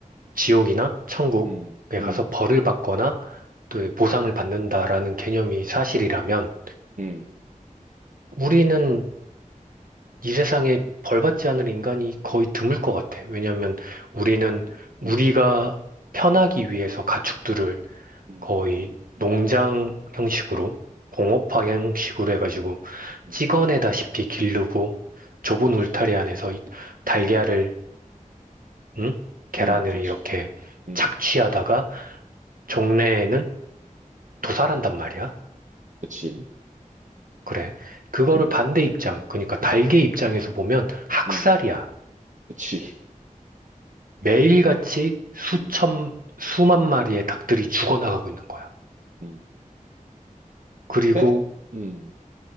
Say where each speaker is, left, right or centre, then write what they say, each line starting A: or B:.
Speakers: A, on the right; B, on the right.
A: 지옥이나 천국에
B: 음, 음,
A: 가서 벌을 받거나 또 보상을 받는다라는 개념이 사실이라면
B: 음,
A: 우리는 이 세상에 벌 받지 않을 인간이 거의 드물 것 같아. 왜냐하면 우리는 우리가
B: 음,
A: 편하기 위해서 가축들을
B: 음,
A: 거의 농장 형식으로 공업화 형식으로 해가지고
B: 음,
A: 찍어내다시피 기르고 좁은
B: 그치.
A: 울타리 안에서 이 달걀을 응? 계란을
B: 음, 그치.
A: 이렇게
B: 음,
A: 착취하다가 종래에는 도살한단 말이야.
B: 그치.
A: 그래. 그거를
B: 음,
A: 반대 입장, 그러니까 달걀 입장에서 보면 학살이야.
B: 음, 그치.
A: 매일같이 수천,
B: 음,
A: 수만 마리의 닭들이 죽어나가고 있는 거야.
B: 음.
A: 그리고
B: 근데, 음,